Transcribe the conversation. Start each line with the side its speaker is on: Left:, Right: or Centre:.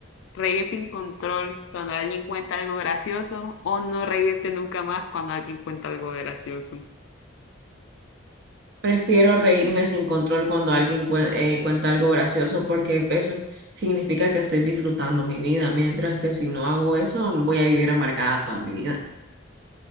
Left: reír sin control cuando alguien cuenta algo gracioso o no reírte nunca más cuando alguien cuenta algo gracioso?
Right: Prefiero reírme sin control cuando alguien cue- eh, cuenta algo gracioso porque eso significa que estoy disfrutando mi vida, mientras que si no hago eso voy a vivir amargada toda mi vida.